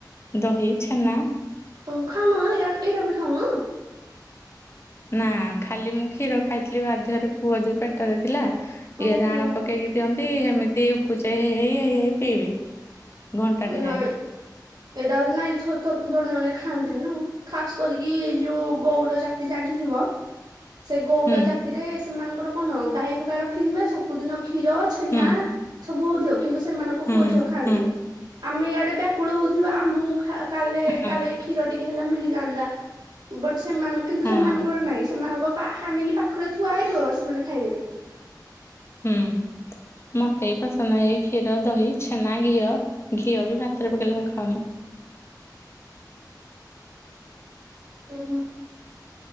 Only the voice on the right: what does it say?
ହଁ ଖାଉନ ଏରା ଏରାବି ଖାଉନ?
ଓହୋ
ନାଇଁ
ଏଇଟା ନାଇଁ ଜଣେ ଜଣେ ଖାଆନ୍ତିନିନା ଆଉ ଖା କରିକି ଯୋଉ ଗଉଡ଼ ଜାତି ଜାଣିଥିବ ସେ ଗଉଡ଼
ଜାତି ରାତିରେ ସେମାନଙ୍କର କଣ ଗାଈ ହଗା ରଖିଥିବେ ସବୁଦିନ କ୍ଷୀର ଛେନା
ସବୁ ହୋଉଥିବ କିନ୍ତୁ ସେମାନଙ୍କ
ପୁଅ ଝିଅ ଖାଆନ୍ତିନି।
ଆମେ ଇଆଡେ ବ୍ୟାକୁଳ ହୋଉଥୁବା ଆମକୁ ଖା କାଳେ
କ୍ଷୀର ଟିକେ ହେଲା ମିଳିଯାଆନ୍ତା। ବଟ ସେମାନେ କିନ୍ତୁ
ସେମାନଙ୍କର ନାହିଁ ସେମାନଙ୍କ ପା ହାଣିକି ପାଖରେ ଥୁଆହେଇଥିବ ସେମାନେ ଖାଇବେନି।
ଉଁହୁଁ।